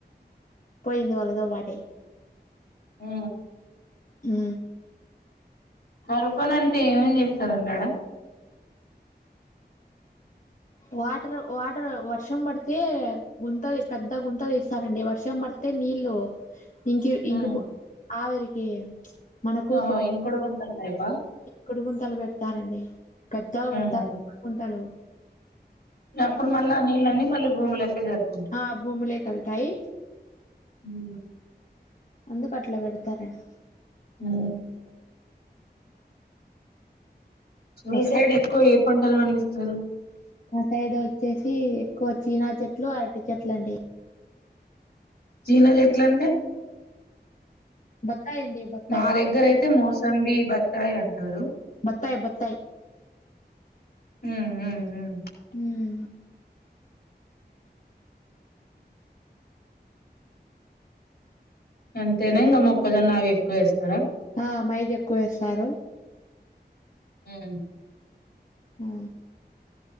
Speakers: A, on the left; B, on the left.
A: పోయింది వాళ్ళతోపాటే
B: ఉ
A: హ
B: కోరపన అంటే ఏమేం చేస్తారండాడ
A: వాటర్ వాటర్ వర్షం పడితే గుంత పెద్ద గుంత తీస్తారండి వర్షం పడితే అంతే నీళ్ళ ఇంకి ఇంకిపొ
B: ఉమ్
A: ఆవిరికి మనకు
B: ఆ ఇంగ్ కొడుగుంతల టైప
A: కుడిగుంతలు పెడతారండి పెద్దగా పెడతారు
B: ఉహు
A: గుడిగుంతలు
B: అప్పుడు మళ్ళీ ఆ నీళ్ళ అన్న మళ్ళీ భూమి లోకే జారుకుంట
A: ఆ భూమిలే కల్తాయి
B: ఉ
A: అందు కట్లా పెడతారని
B: హ మీ
A: వస్తాడు
B: సైడ్ ఎక్కువ ఏ పంటలు పండిస్తారు
A: ఆ సైడ్ వచ్చేసి ఎక్కువ చీనా చెట్లు అరటి చెట్లు అండి
B: జీన చెట్టలు అంటే
A: బత్తాయి అండి బత్తాయి
B: మా దగ్గర అయితే మోస్ట్ సంది బత్తాయ అంటారు
A: బత్తాయి బత్తాయి
B: ఉ ఉ ఉ
A: హ
B: అంతేనా ఇంకా మొక్కజొన్న అవి ఎక్కువ వేస్తారా
A: ఆ మైజ్ ఎక్కువ వేస్తారు
B: ఉమ్
A: ఆ